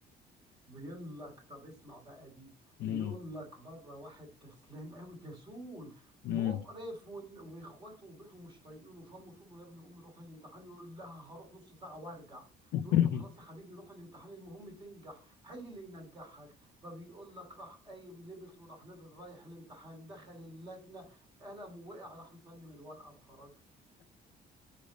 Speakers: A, on the right (about 30°); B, on the left (about 75°).
A: بيقول لك طب اسمع بقى دي
B: <laughs>
A: بيقول لك بره واحد كسلان قوي كسول
B: مم.
A: مقرف ون- واخواته وبيته مش طايقينه فامه تقول له يا ابني قوم روح الامتحان يقول لها هروح نص ساعه وارجع
B: <laughs>
A: تقول له طب خلاص يا حبيبي روح الامتحان المهم تنجح حل اللي ينجحك فبيقول لك راح قايم لبس وراح نازل رايح الامتحان دخل اللجنه قلم ووقع راح مسلم الورقه وخرج